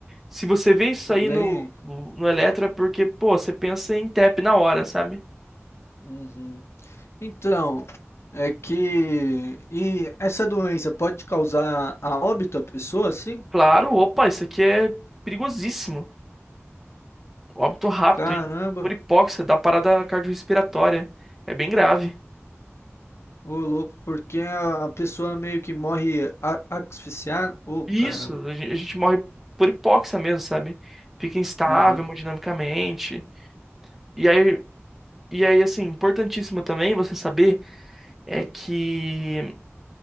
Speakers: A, in the centre; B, on the left.
A: Se você vê isso aí
B: Bem.
A: no, no no Eletro, é porque, pô, você pensa em TEP na hora, sabe?
B: Uhum. Então, é que. E essa doença pode causar a óbito a pessoa, assim?
A: Claro, opa, isso aqui é perigosíssimo. Óbito rápido,
B: Caramba,
A: hein? Por hipóxia, dá parada cardiorrespiratória. É bem grave.
B: ô louco, porque a a pessoa meio que morre a- asfixiada. Ô
A: Isso,
B: caramba.
A: a gen- a gente morre por hipóxia mesmo, sabe? Fica instável
B: Aham.
A: hemodinamicamente. E aí, e aí, assim, importantíssimo também você saber é que